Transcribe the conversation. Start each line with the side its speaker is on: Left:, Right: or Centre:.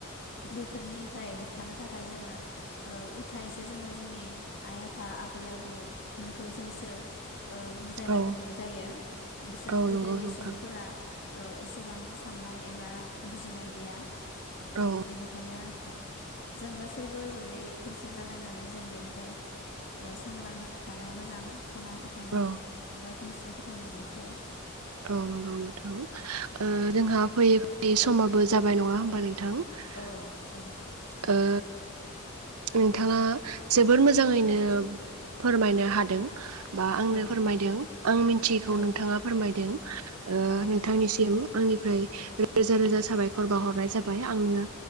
Left: बेफोरनिफ्राय होबथानो थाखाय जोङो उथायसो जोङो जोंनि आइ आफा आबै आबौमोनखौ जोंसो बुजायनांगौ
Right: औ
Left: जायो बिसोर
Right: औ
Left: गोदोनि
Right: नंगौ नोंथां
Left: सुबुंफोरा एसेबां साननाय एबा बुजिनाय गैया
Right: औ
Left: बेनिखायनो जों गासैबो जयै खौसे जालायनानै जों बेनिफ्राय सांग्रां थानाया मोजां खाना फोथायनाय
Right: औ
Left: एबा खोमसि फोथायनायनिफ्राय
Right: औ नंगौ नोंथां जोंहा फैयै फैयै समाबो जाबाय नङा होमबानो थां ओ
Left: औ औ जाबाय
Right: नोंथाङा। जोबोर मोजाङैनो।
Left: औ
Right: फोरमायनो हादों। बा आंनो
Left: औ
Right: फोरमायदों आं मिथियैखौ
Left: औ
Right: नोंथाङा फोरमायदों ओ
Left: औ
Right: नोंथांनिसिम। आंनिफ्राय रोजा रोजा साबायखर बाउहरनाय जाबाय आंनो।